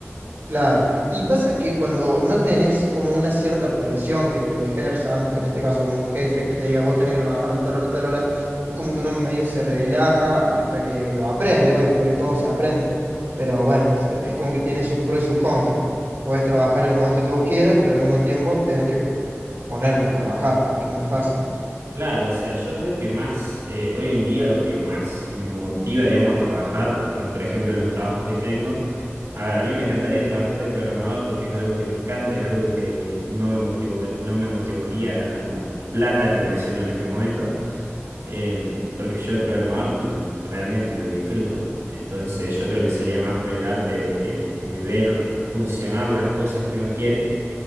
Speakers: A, on the right (about 55°); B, on the right (about 85°).
A: Claro, y pasa que cuando no tenés como una cierta presión que te ejerzan, pues en este caso un jefe que te diga vos tenés que trabajar de tal hora a tal hora, es como que uno medio se relaja hasta que lo aprende, obvio, porque todo se aprende, pero bueno, o sea, es como que tiene sus pros y sus contras. Podés trabajar en el momento que vos quieras, pero al mismo tiempo tenés que ponerte a trabajar, que no es fácil.
B: Claro, o sea, yo creo que más, eh, hoy en día lo que más me motiva, digamos, a trabajar, bueno, por ejemplo, en los trabajos que tengo, a ver, a mí me encantaría trabajar de programador porque es algo que me encanta, es algo que no me motivó, no me motivaría la plata, como decirlo en este momento, eh, porque yo de programador mm, realmente lo disfruto, entonces yo creo que sería más por el arte de de ver funcionar las cosas que uno quiere